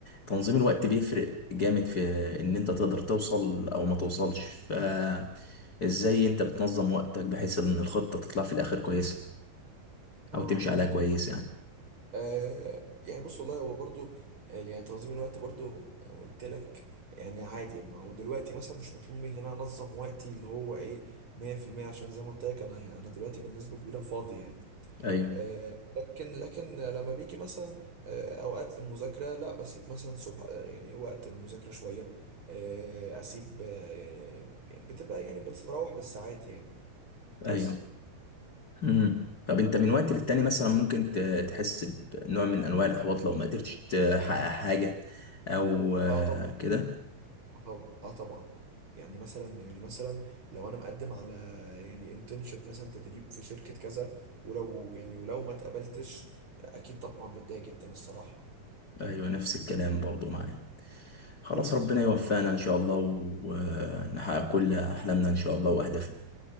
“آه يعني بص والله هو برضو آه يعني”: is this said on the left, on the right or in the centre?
Right